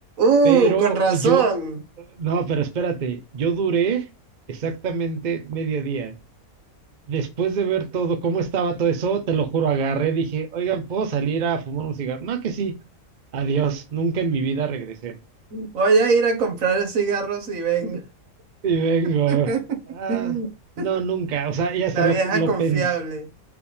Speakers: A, on the right; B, on the right.
A: ¡Uh!
B: pero
A: Con razón.
B: yo, no, pero espérate, yo duré exactamente medio día. Después de ver todo, cómo estaba todo eso, te lo juro, agarré, dije, oigan, ¿puedo salir a fumar un cigarro? No, que sí. Adiós, nunca en mi vida regresé.
A: Voy a ir a comprar cigarros y venga.
B: Y vengo,
A: <laughs>
B: ah, no, nunca, o sea, y hasta
A: La
B: lo,
A: vieja
B: lo
A: confiable.
B: pensé,